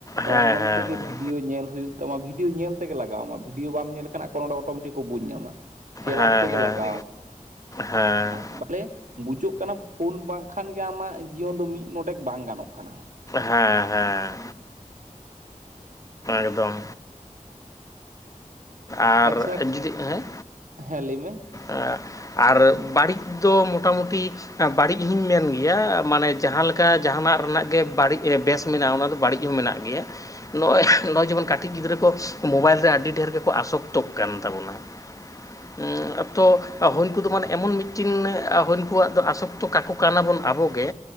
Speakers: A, on the left; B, on the right.
A: ᱦᱮᱸ
B: ᱚᱱᱞᱟᱭᱤᱱ
A: ᱦᱮᱸ
B: ᱛᱮᱜᱮ
A: ᱦᱮᱸ
B: ᱵᱷᱤᱰᱭᱳ ᱧᱮᱞ ᱦᱩᱭᱩᱜ ᱛᱟᱢᱟ ᱵᱷᱤᱰᱭᱳ ᱧᱮᱞ ᱛᱮᱜᱮ ᱞᱟᱜᱟᱣ ᱟᱢᱟ ᱵᱷᱤᱰᱭᱳ ᱵᱟᱢ ᱧᱮᱞ ᱞᱮᱟᱱ ᱵᱚᱨᱚᱝ ᱚᱱᱰᱮ ᱚᱴᱳᱢᱮᱴᱤᱠ ᱠᱚ ᱵᱩᱡᱽ ᱧᱟᱢᱟ। ᱠᱮᱞᱟᱥ
A: ᱦᱮᱸ
B: ᱛᱮᱜᱮ
A: ᱦᱮᱸ
B: ᱞᱟᱜᱟᱣ ᱟᱢᱟ
A: ᱦᱮᱸ।
B: ᱵᱚᱞᱮ ᱵᱩᱡᱟᱹᱜ ᱠᱟᱱᱟ ᱯᱷᱳᱱ ᱵᱟᱝᱠᱷᱟᱱ ᱜᱮ ᱟᱢᱟᱜ ᱡᱤᱭᱚᱱ ᱫᱚ ᱢᱤᱫ ᱰᱚᱰᱮᱠ ᱵᱟᱝ ᱜᱟᱱᱚᱜ ᱠᱟᱱᱟ।
A: ᱦᱮᱸ ᱦᱮᱸ। ᱮᱠᱫᱚᱢ। ᱟᱨ
B: ᱟᱪᱪᱷᱟ
A: ᱡᱩᱫᱤ ᱦᱮᱸ
B: ᱦᱮᱸ ᱞᱟᱹᱭ ᱢᱮ?
A: ᱟᱜ ᱟᱨ ᱵᱟᱹᱲᱤᱡ ᱫᱚ ᱢᱚᱴᱟᱢᱩᱴᱤ ᱵᱟᱹᱲᱤᱡ ᱦᱚᱸᱧ ᱢᱮᱱ ᱜᱮᱭᱟ ᱢᱟᱱᱮ ᱡᱟᱦᱟᱸ ᱞᱮᱠᱟ ᱡᱟᱦᱟᱱᱟᱜ ᱨᱮᱱᱟᱜ ᱜᱮ ᱵᱟᱹᱲᱤᱡ ᱵᱮᱥ ᱢᱮᱱᱟᱜᱼᱟ ᱚᱱᱟᱫᱚ ᱵᱟᱹᱲᱤᱡ ᱦᱚᱸ ᱢᱮᱱᱟᱜ ᱜᱮᱭᱟ। ᱱᱚᱜᱼᱚᱭ ᱱᱚᱜᱼᱚᱭ ᱡᱮᱢᱚᱱ ᱠᱟᱹᱴᱤᱡ ᱜᱤᱫᱽᱨᱟᱹ ᱠᱚ ᱢᱳᱵᱟᱭᱤᱞ ᱨᱮ ᱟᱹᱰᱤ ᱰᱷᱮᱨ ᱜᱮᱠᱚ ᱟᱥᱚᱠᱛᱚᱜ ᱠᱟᱱ ᱛᱟᱵᱳᱱᱟ ᱦᱮᱸ ᱟᱛᱚ ᱦᱩᱭᱠᱩᱫᱚ ᱢᱟᱱᱮ ᱮᱢᱚᱱ ᱢᱤᱫᱴᱤᱱ ᱦᱩᱭᱠᱩᱣᱟᱜ ᱫᱚ ᱟᱥᱚᱠᱛᱚ ᱠᱟᱠᱚ ᱠᱟᱱᱟᱵᱚᱱ ᱟᱵᱚ ᱜᱮ